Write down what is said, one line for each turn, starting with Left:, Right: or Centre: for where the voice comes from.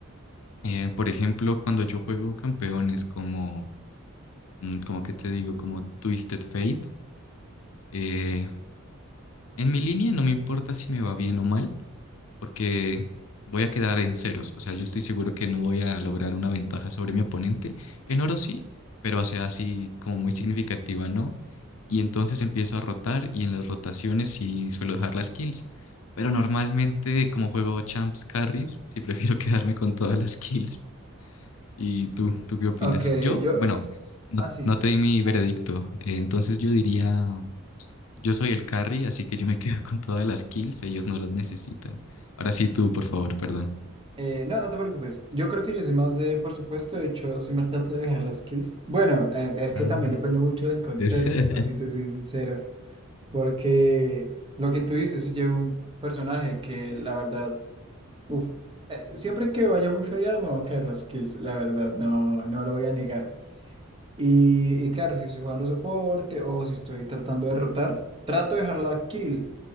Left: Eh, por ejemplo, cuando yo juego campeones como, mm, como que te digo, como Twisted Fate, eh, en mi línea no me importa si me va bien o mal, porque voy a quedar en ceros. O sea, yo estoy seguro que no voy a lograr una ventaja sobre mi oponente. En oro sí, pero hacia así como muy significativa, ¿no? Y entonces empiezo a rotar y en las rotaciones sí suelo dejar las kills. Pero normalmente, como juego champs carries, sí prefiero <laughs> quedarme con todas las kills. ¿Y tú, tú qué opinas?
Right: Ok,
Left: Yo,
Right: yo,
Left: bueno, no,
Right: así.
Left: no te di mi veredicto. eh, entonces yo diría. Yo soy el carry, así que yo me <laughs> quedo con todas las kills, ellos no las necesitan. Ahora sí tú, por favor, perdón.
Right: Eh, no, no te preocupes. Yo creo que yo soy más de, por supuesto, de hecho, siempre trato de dejar las kills. Bueno, es, es que
Left: Ah,
Right: también depende mucho del contexto,
Left: es- <laughs>
Right: si te soy sincero. Porque lo que tú dices, si llevo un personaje que la verdad, uff, siempre que vaya muy fedeado me van a caer las kills, la verdad, no, no lo voy a negar. Y, y claro, si estoy jugando soporte o si estoy tratando de rotar, trato de dejar la kill,